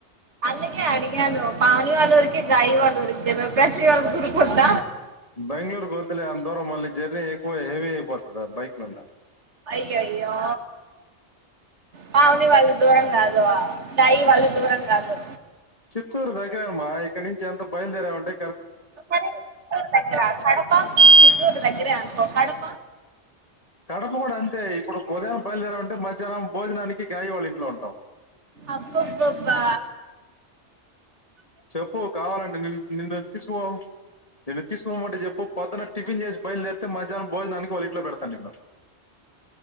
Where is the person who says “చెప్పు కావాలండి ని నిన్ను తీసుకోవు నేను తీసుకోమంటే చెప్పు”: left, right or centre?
Left